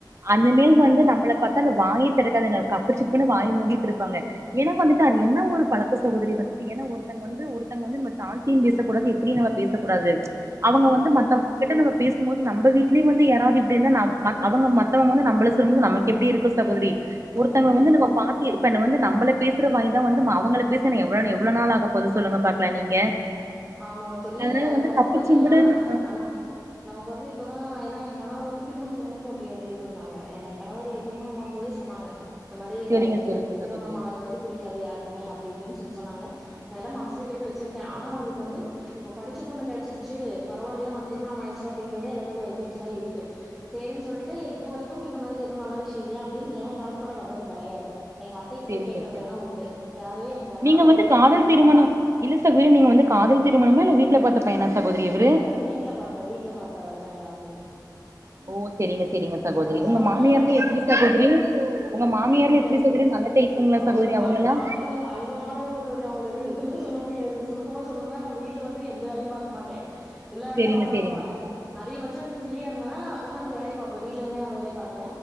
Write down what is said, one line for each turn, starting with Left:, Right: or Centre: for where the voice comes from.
Right: அந்த
Centre: ம்
Right: மேல் வந்து நம்மள பாத் வாய தெறக்காதுங்க கப்பு சிப்புன்னு வாயி மூடிட்டு இருப்பாங்க ஏன்னா வந்துட்டு அது என்ன ஒரு பழக்க சகோதரி வந்துட்டு ஏன்னா ஒருத்தங்க வந்து ஒருத்தங்க வந்து நம தாழ்த்தி பேசக்கூடாது எப்டி நம்ம பேசக்கூடாது அவங்க
Centre: ம் ம்
Right: வந்து மத்த
Centre: ம்
Right: கிட்ட நம்ம பேசும்போது நம்ம வீட்லய வந்து யாராவது இப்டி இருந்தா நம்ப அவங்க மத்தவங்க வந்து நம்பள சொல்லும் போது நமக்கு எப்டி இருக்கும் சகோதரி
Centre: ம்
Right: ஒருத்தங்கள வந்து
Centre: ம்
Right: நம்ம பாத்து இப்ப வந்து நம்மள பேசுற வாய்தா வந்து அவங்கள பேச எனக்கு எவள எவ்ள நாள் ஆக பொது சொல்லுங்க பாக்லா நீங்க
Centre: ஆமாங்க தோழி
Right: அதனால
Centre: இல்ல இப்ப வந்து
Right: கப்பு
Centre: பாத்தீங்கன்னா
Right: சிம்புடுன்னு
Centre: நம்ம நமக்கு வந்து இப்பதா ஏன்னா என் கணவர் வந்து திருமணத்துக்கு முன்பு அப்டி வந்து இது பண்ணாங்க கணவர் திருமண ஆகும் போது சொன்னாங்க இந்த மாரி
Right: செரிங்க செரிங்க
Centre: இவருக்கு திருமண
Right: சகோதரி
Centre: ஆறது வந்து புடிக்காது யாருக்குமே அப்டி இப்டினு சொல்லி சொன்னாங்க நா எல்லா மனசுல கேட்டு வச்சிருக்க ஆனா அவங்களுக்கு வந்து இப்ப படிச்ச பொண்ணு கெடச்சிருச்சு பரவால்லேயே அவனுக்கு திருமண ஆயிருச்சு அப்டிங்கறத எல்லாத்துக்கும் வைத்தெரிச்சலா இருக்கு சரின்னு சொல்ட்டு இப்ப வரைக்கும் இந்த மாரி எதுவும் நல்ல விஷய இல்லயா அப்டின்னு எய காதுப்பட வந்தது கெடையாது எங்க அத்தகிட்ட
Right: செரிங்க
Centre: கேக்குறது
Right: செரி
Centre: வேணா உண்டு யாரையு எங்க
Right: நீங்க
Centre: கணவரோட
Right: வந்து காதல்
Centre: பாட்டி
Right: திருமணம் இல்ல சகோதரி நீங்க வந்து காதல் திருமணமா இல்ல வீட்ல பாத்த பையனா சகோதரி இவரு
Centre: இல்ல வீட்ல பாத்த வீட்ல பாத்த பையன்தா தோழி
Right: ஒகே சரிங்க சரிங்க சகோதரி
Centre: ஆ சோ
Right: உங்க
Centre: அதனால
Right: மாமியார்ல
Centre: வந்து பாத்தீங்கன்னா
Right: எப்டி சகோதரி உங்க மாமியார்லா
Centre: என புரியலங்க
Right: எப்டி சகோதரி
Centre: தோழி
Right: நல்ல டைபுங்களா
Centre: ஐயோ
Right: சகோதரி
Centre: தங்கமானவங்க
Right: அவங்களா
Centre: தங்கமானவங்க தோழி அவங்களலா எதுமே சொல்ல முடியாது சுருக்கமா சொல்ணும்னா நா வீட்ல வந்து எந்த வேலையு பாக்க மாட்ட எல்லா வேலையும்
Right: செரிங்க
Centre: அவங்கதா
Right: செரிங்க
Centre: பாப்பாங்க அதிகபட்ச எனக்கு ப்ரீயா இருந்தானா நா ஒக்கார்ந்து வேலை இப்ப வீட்ல இருந்தே நா வேலைய பாக்ற